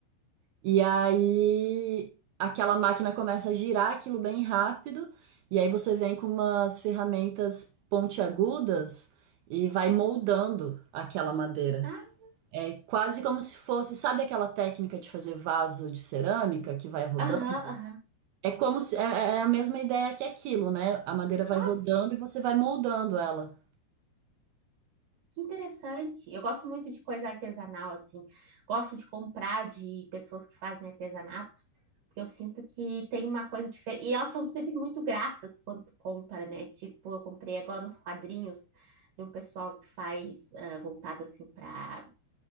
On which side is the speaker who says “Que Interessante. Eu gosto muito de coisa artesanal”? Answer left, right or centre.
Right